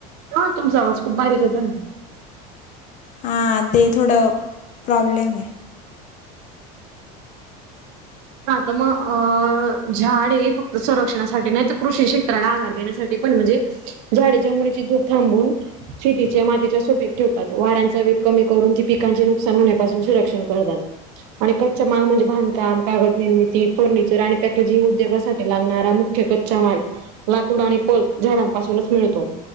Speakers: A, on the right; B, on the left.
A: हा तुमचा आवाज खूप बारीक येतोय.
B: हा ते थोडं प्रॉब्लेम हे.
A: हा त म अ झाड हे फक्त संरक्षणासाठी नाही तर कृषी क्षेत्राला आधार देण्यासाठी पण म्हणजे झाडी जमुनीचे धूप थांबून शेतीच्या मातीच्या सुपीक ठेव तात वाऱ्यांचा वेग कमी करून ती पिकांची नु कसान होण्यापासून सुरक्षण करतात, आणि कच्चा माल म्हणजे बांधकाम कागद निर्मिती, फर्निचर आणि पॅकेजिंग उद्योगासाठी लागणारा मुख्य कच्चा माल लाकूडा आणि पल झाडांपासूनच मिळतो.